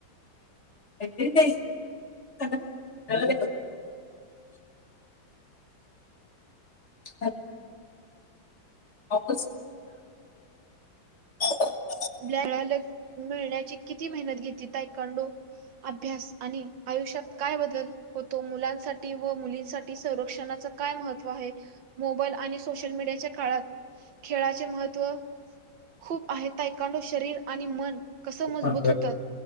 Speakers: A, on the left (about 40°); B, on the right (about 70°).
A: <unintelligible> स् वापस, <unintelligible>
B: ब्लयांक मिळण्याची किती मेहनत घेत. तायकांडो अभ्यास आणि आयुष्यात काय बदल होतो, मुलांसाठी व मुलींसाठी संरक्षणाचा काय महत्त्व आहे, मोबाईल आणि सोशल मीडियाच्या काळात खेळाचे महत्व खूप आहे, तायकांडो अभ्यास आणि आयुष्यात काय बदल होतो, मुलांसाठी व मुलींसाठी संरक्षणाच काय महत्त्व आहे, मोबाईल आणि सोशल मीडियाच्या काळात खेळाचे महत्त्व खूप आहे ताय. तायकांडो शरीर आणि मन. कसं मजबूत
A: पण
B: होतं.